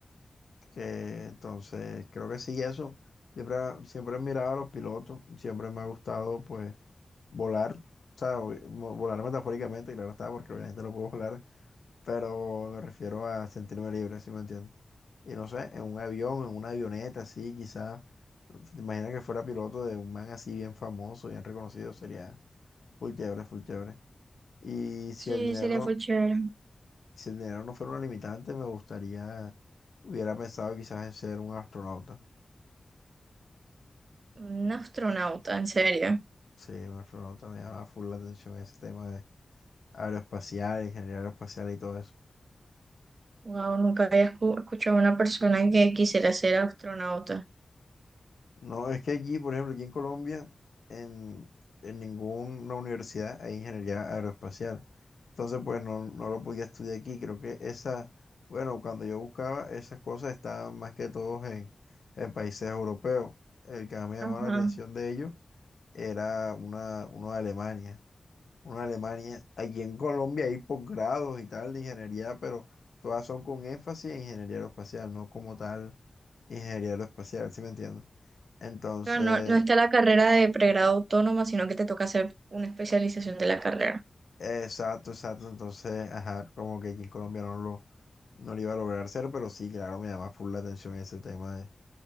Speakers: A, on the left; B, on the right.
A: Que, entonces, creo que sí, eso. Siempre, siempre he mirado a los pilotos, siempre me ha gustado, pues, volar. O sea, o- mo- volar metafóricamente, claro está, porque obviamente no puedo volar, pero me refiero a sentirme libre, ¿sí me entiendes? Y no sé, en un avión, en una avioneta, así, quizás. ¿Te imaginas que fuera piloto de un man así bien famoso, bien reconocido? Sería full chévere, full chévere. Y si
B: Sí,
A: el dinero
B: sería fue chévere.
A: Si el dinero no fuera una limitante, me gustaría, hubiera pensado quizás en ser un astronauta.
B: Un astronauta, en serio.
A: Sí, un astronauta me llama full la atención ese tema de aeroespacial, ingeniería aeroespacial y todo eso.
B: Wow, nunca había escu- escuchado a una persona que quisiera ser astronauta.
A: No, es que aquí, por ejemplo, aquí en Colombia, en, en ninguna universidad hay ingeniería aeroespacial. Entonces, pues no, no lo podía estudiar aquí. Creo que esa, bueno, cuando yo buscaba, esas cosas estaban más que todos en, en países europeos. El que más me llamaba
B: Ajá.
A: la atención de ellos era una, uno de Alemania. una Alemania. Aquí en Colombia hay posgrados y tal de ingeniería, pero todas son con énfasis en ingeniería aeroespacial, no como tal ingeniería aeroespacial, ¿sí me entiendes? Entonces,
B: Claro, no, no está la carrera de pregrado autónoma, sino que te toca hacer una especialización de la carrera.
A: exacto, exacto. Entonces, ajá, como que aquí en Colombia no lo, no lo iba a lograr hacer pero sí, claro, me llama full la atención ese tema de,